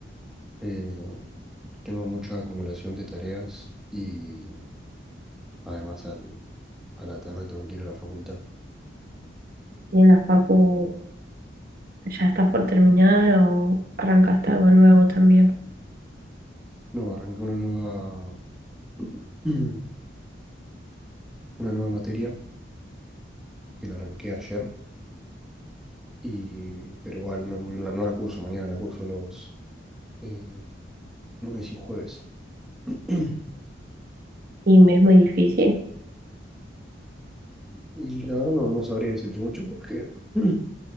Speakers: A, in the centre; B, on the right.
A: Eh, tengo mucha acumulación de tareas y además al, a la tarde tengo que ir a la facultad.
B: ¿Y en las papu ya estás por terminar o arrancaste algo nuevo también?
A: No, arranqué una nueva, <clears throat> una nueva materia que la arranqué ayer, y, pero igual no, no la, no la curso mañana, la curso los eh, lunes y jueves. <clears throat>
B: Y me es muy difícil.
A: Y la verdad no, no sabría decirte mucho porque <clears throat>